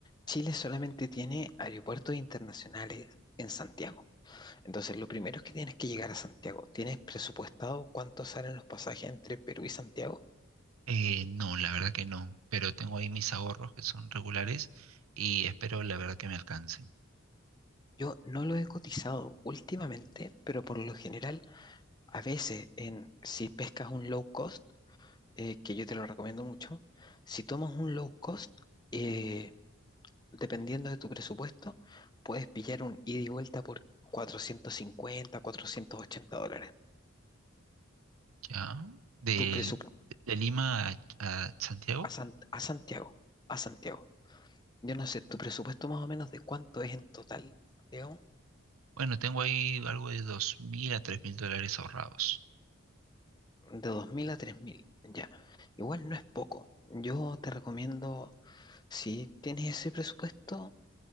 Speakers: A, on the left (about 20°); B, on the right (about 90°).
A: Chile solamente tiene aeropuertos internacionales en Santiago. Entonces, lo primero es que tienes que llegar a Santiago. ¿Tienes presupuestado cuánto salen los pasajes entre Perú y Santiago?
B: Eh, no, la verdad que no, pero tengo ahí mis ahorros que son regulares y espero la verdad que me alcancen.
A: Yo no lo he cotizado últimamente, pero por lo general, a veces, en, si pescas un low cost, eh, que yo te lo recomiendo mucho, si tomas un low cost, eh, dependiendo de tu presupuesto, puedes pillar un ida y vuelta por cuatrocientos cincuenta cuatrocientos ochenta dólares.
B: ¿Ya? Del-
A: Tu presupuesto
B: De, Lima a, a Santiago,
A: a, San- a Santiago, a Santiago. Yo no sé, tu presupuesto más o menos de cuánto es en total, Leo,
B: bueno, tengo ahí algo de dos mil a tres mil dólares ahorrados.
A: de dos mil a tres mil ya. Igual no es poco. Yo te recomiendo, si tienes ese presupuesto,